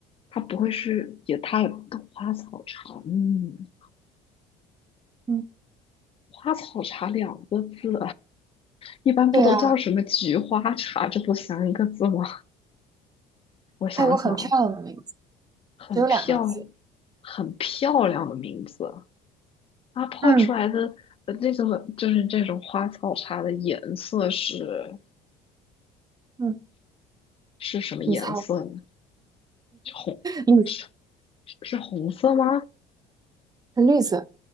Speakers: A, on the left; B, on the right.
A: 它不会是也它也花草茶，嗯，
B: 嗯，
A: 花草茶两个字，一般不都叫什么菊花茶？
B: 对啊，
A: 这不三个字吗？我想想，
B: 它有很漂亮的名字，
A: 很漂
B: 只有两个字。
A: 很漂亮的名字。它泡出来的呃那种就是这种花草茶的颜色是
B: 嗯嗯，
A: 是什么颜色呢？
B: 你猜，
A: 是红是
B: 绿色
A: 是红色吗？
B: 是绿色，